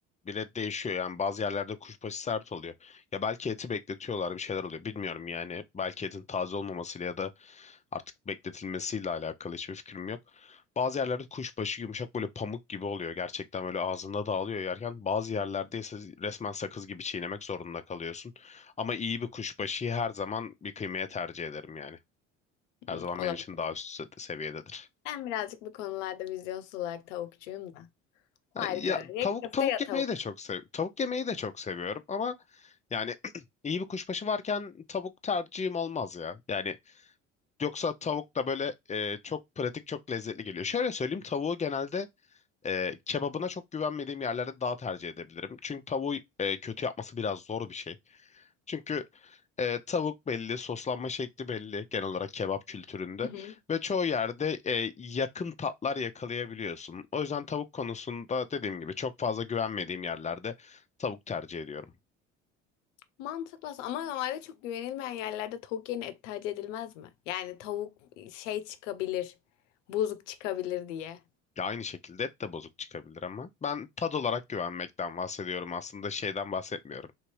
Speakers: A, on the left; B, on the left.
A: bile değişiyor. Yani bazı yerlerde kuşbaşı sert oluyor. Ya belki eti bekletiyorlar bir şeyler oluyor. Bilmiyorum yani. Belki etin taze olmamasıyla ya da artık bekletilmesiyle alakalı hiçbir fikrim yok. Bazı yerlerde kuşbaşı yumuşak böyle pamuk gibi oluyor. Gerçekten böyle ağzında dağılıyor yerken. Bazı yerlerde ise resmen sakız gibi çiğnemek zorunda kalıyorsun. Ama iyi bir kuşbaşıyı her zaman bir kıymaya tercih ederim yani. Her
B: Hmm,
A: zaman
B: olabilir.
A: benim için daha üst se- seviyededir.
B: Ben birazcık bu konularda vizyonsuz olarak tavukçuyum da.
A: Ha,
B: O ayrı
A: Ya
B: köfte.
A: tavuk
B: Ya köfte
A: tavuk
B: ya
A: yemeyi
B: tavuk.
A: de çok sev tavuk yemeyi de çok seviyorum ama yani <clears throat> iyi bir kuşbaşı varken tavuk tercihim olmaz ya. Yani yoksa tavuk da böyle e, çok pratik çok lezzetli geliyor. Şöyle söyleyeyim tavuğu genelde e, kebabına çok güvenmediğim yerlerde daha tercih edebilirim. Çünkü tavuğu e, kötü yapması biraz zor bir şey. Çünkü E, tavuk belli, soslanma şekli belli genel olarak kebap kültüründe
B: Hı hı.
A: ve çoğu yerde e, yakın tatlar yakalayabiliyorsun. O yüzden tavuk konusunda dediğim gibi çok fazla güvenmediğim yerlerde tavuk tercih ediyorum.
B: Mantıklı aslında. Ama normalde çok güvenilmeyen yerlerde tavuk yerine et tercih edilmez mi? Yani tavuk şey çıkabilir, bozuk çıkabilir diye.
A: Ya aynı şekilde et de bozuk çıkabilir ama ben tad olarak güvenmekten bahsediyorum aslında şeyden bahsetmiyorum.